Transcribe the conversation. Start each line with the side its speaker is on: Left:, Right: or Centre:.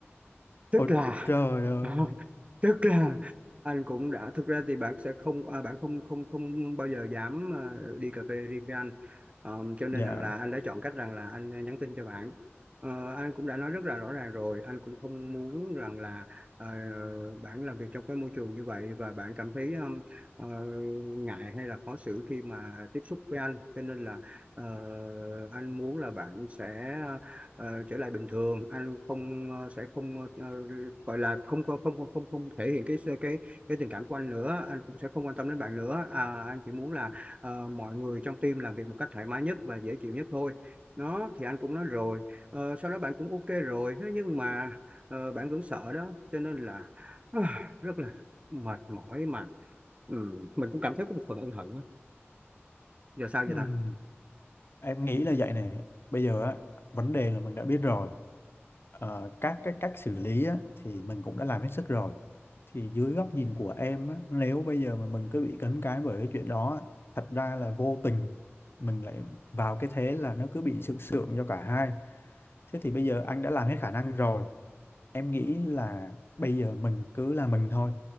Right: tức
Left: ôi
Right: là
Left: trời ơi
Right: <laughs> tức là anh cũng đã thực ra thì bạn sẽ không à, bạn không không không bao giờ dám à, đi cà phê riêng với anh Ờ,
Left: <laughs>
Right: cho nên
Left: dạ
Right: rằng là anh đã chọn cách rằng là anh à, nhắn tin cho bạn Ờ, anh cũng đã nói rất là rõ ràng rồi anh cũng không muốn rằng là ờ, bạn làm việc trong cái môi trường như vậy và bạn cảm thấy um, ờ, ngại hay là khó xử khi mà tiếp xúc với anh cho nên là ờ, anh muốn là bạn sẽ ờ, trở lại bình thường anh không ờ, sẽ không ờ, ờ, gọi là không có- không không không không thể hiện cái cái cái tình cảm của anh nữa anh cũng sẽ không quan tâm đến bạn nữa à, anh chỉ muốn là ờ, mọi người trong team làm việc một cách thoải mái nhất và dễ chịu nhất thôi nó thì anh cũng nói rồi Ờ, sau đó bạn cũng ok rồi thế nhưng mà ờ, bạn vẫn sợ đó cho nên là <sighs> rất là mệt mỏi mà ừ, mình cũng cảm thấy có một phần ân hận á giờ sao vậy
Left: Ừm,
Right: ta
Left: Em nghĩ là vậy này. Bây giờ á, vấn đề là mình đã biết rồi. Ờ, các cái cách xử lý á, thì mình cũng đã làm hết sức rồi. Thì dưới góc nhìn của em á, nếu bây giờ mà mình cứ bị cấn cái bởi cái chuyện đó, á, thật ra là vô tình mình lại vào cái thế là nó cứ bị sượng sượng cho cả hai. Thế thì bây giờ anh đã làm hết khả năng rồi Em nghĩ là bây giờ mình cứ là mình thôi.